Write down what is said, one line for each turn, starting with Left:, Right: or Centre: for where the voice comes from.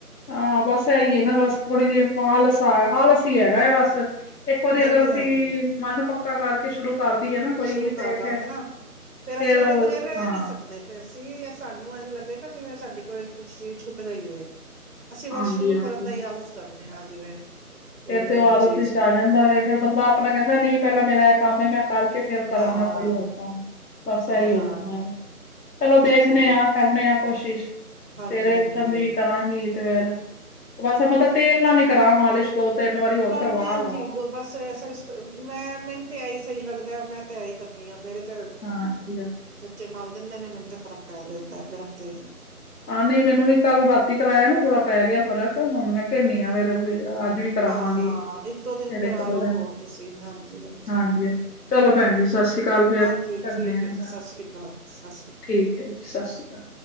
Left: ਹਾਂ ਬਸ ਏ ਹੀ ਐ ਨਾ ਬਸ ਥੋੜ੍ਹੀ ਜਿਹੀ ਆਲਸ ਆ ਆਲਸ ਹੀ ਹੈਗਾ ਬਸ ਏਕ ਵਾਰੀ
Right: ਹਾਂਜੀ
Left: ਅਗਰ ਅਸੀਂ
Right: ਹਾਂਜੀ
Left: ਮਨ ਪੱਕਾ ਕਰਕੇ ਸ਼ੁਰੂ ਕਰਦੀ ਏ ਨਾ ਕੋਈ
Right: ਸ਼ੁਰੂ ਕਰ
Left: ਤੇ
Right: ਦਾਂਗੇ
Left: ਫਿਰ
Right: ਨਾ ਫੇਰ
Left: ਫਿਰ
Right: ਅਸੀਂ ਉਦੇ ਬਗੈਰ, ਰੇਹ
Left: ਹਾਂ
Right: ਨੀ ਸਕਦੇ। ਫੇਰ ਸੀ ਸਾਨੂੰ ਇਝ ਲੱਗੇਗਾ ਜਿਵੇਂ ਸਾਡੀ ਕੋਈ ਕੁਛ ਚੀਜ਼ ਛੁੱਟ ਗਈ ਏ। ਅਸੀਂ ਬਸ
Left: ਹਾਂਜੀ
Right: ਸ਼ੁਰੂ
Left: ਹਾਂਜੀ
Right: ਕਰਨ ਦਾ ਇ ਆਲਜ ਕਰਨੇ ਆ ਜਿਵੇਂ ਕੋਈ
Left: ਫਿਰ
Right: ਵੀ
Left: ਤੇ
Right: ਨਵੀਂ
Left: ਉਹ ਆਦਤ
Right: ਚੀਜ਼
Left: ਵਿਚ ਆ ਜਾਂਦਾ ਵੇ ਫੇਰ ਬੰਦਾ ਆਪਣਾ ਕੇਦਾ ਨਈ ਪੇਲਾ ਮੇਰਾ ਇਹ ਕੰਮ ਹੈ ਮੈਂ ਕਰ ਕੇ ਫੇਰ ਕਰਾਂਗਾ
Right: ਹਾਂ
Left: ਕੋਈ ਹੋਰ ਕੰਮ ਬਸ
Right: ਹਾਂ
Left: ਇਹੀ ਹੋ
Right: ਹਾਂ
Left: ਜਾਂਦਾ, ਚਲੋ ਦੇਖਦੇ
Right: ਸਹੀ
Left: ਆ। ਕਰਨੇ ਆ ਕੋਸ਼ਿਸ਼, ਸਵੇਰੇ
Right: ਹਾਂਜੀ ਹਾਂਜੀ
Left: ਉੱਠਣ ਦੀ ਵੀ ਕਰਾਂਗੀ। ਤੇ ਫ ਬਸ ਮਤਲਬ ਤੇਲ ਨਾਲ ਈ ਕਰਾਂ ਮਾਲਿਸ਼ ਦੋ -ਤਿੰਨ ਵਾਰੀ ਹੋਰ
Right: ਹਾਂਜੀ-ਹਾਂਜੀ
Left: ਕਰਵਾ ਲਵਾਂ
Right: ਗ ਬਸ ਅਸ ਅਸ ਮੈਂ ਮੈਨੂੰ ਤੇ ਆਹੀ ਸਹੀ ਲੱਗਦਾ ਮੈਂ ਤਿਆਈ ਕਰਦੀ ਹਾਂ ਮੇਰੇ ਤੇ
Left: ਹਾਂਜੀ।
Right: ਬੱਚੇ ਮਲ ਦਿੰਦੇ ਨੇ ਮੈਨੂੰ ਤਾਂ ਫ਼ਰਕ ਪੈ ਜਾਂਦਾ ਗਰਮ ਤੇ ਨਾਲ
Left: ਆਾ ਨਈ ਮੈਨੂੰ ਵੀ ਕੱਲ ਰਾਤੀ ਕਰਾਇਆ ਨਾ ਥੋੜਾ ਪੈ ਗਿਆ ਫਰਕ ਹੁਣ ਮੈਂ ਕੇਨੀ ਆ ਫੇਰ ਅੱਜ ਵੀ ਕਰਾਵਾਂਗੀ
Right: ਹਾਂ-ਹਾਂ ਇੱਕ ਦੋ ਦਿਨ
Left: ਫੇਰ
Right: ਕਰਾਲੋ
Left: ਇੱਕ ਦੋ ਦਿਨ
Right: ਹੋਰ ਤੁਸੀਂ, ਹਾਂਜੀ-ਹਾਂਜੀ।
Left: ਹਾਂਜੀ ਚਲੋ ਪੈਣ ਜੀ ਸਤਿ ਸ੍ਰੀ ਅਕਾਲ ਫੇਰ
Right: ਹਾਂਜੀ
Left: ਕਰਨੇ
Right: ਠੀਕ
Left: ਆ
Right: ਹੈ ਜੀ
Left: ਗੱਲ,
Right: ਸਤਿ ਸ੍ਰੀ ਅਕਾਲ ਸਤਿ ਸ੍ਰੀ ਅਕਾਲ
Left: ਠੀਕ। ਜੀ ਸਤਿ ਸ਼੍ਰੀ ਅਕਾਲ।